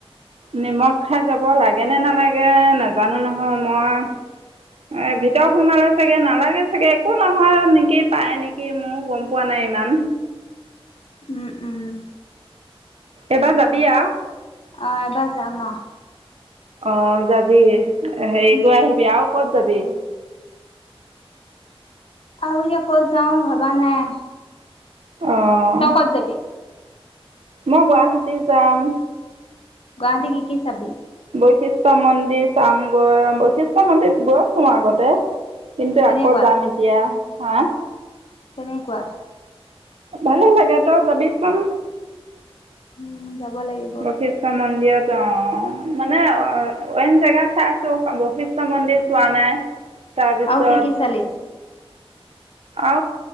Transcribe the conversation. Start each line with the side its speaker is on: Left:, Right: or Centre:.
Right: নিমখ খাই যাব লাগে নে নালাগে, নাজানো নহয় মই। ভিতৰ সোমালে চাগে নালাগে চাগে, একো নহয় নেকি পায় নেকি, মোৰ গম পোৱা নাই ইমান।
Left: উম উম।
Right: এবাৰ যাবি আ?
Left: অঁ এবা যায় আৰু।
Right: অ যাবি। হেৰি
Left: উম
Right: গৈ আহিবি আৰু, ক'ত কদে
Left: আৰু যে ক'ত যাওঁ ভাবা নাই
Right: অঁ
Left: তকত যাবি
Right: মই গুৱাহাটী যাম
Left: গুৱাহতে কি কি চাবি
Right: বৈশিষ্ট্য় মন্দিৰ চামগড বৈশিষ্ট্য় মন্দিৰিত গছো আগতে কিন্তু
Left: কেনেকুৱা
Right: আকৌ যাম এতিয়া হা
Left: তেনেককুৱা
Right: ভালে লাগে তই যাবিচোন
Left: উম যাব লাগিব
Right: বশিষ্ঠ মন্দিৰত অ মানে অ ন জেগা চাইছো বৈশিষ্টয় মন্দিৰ চোৱা নাই তাৰপিছত
Left: আৰু কি কি চালি
Right: অ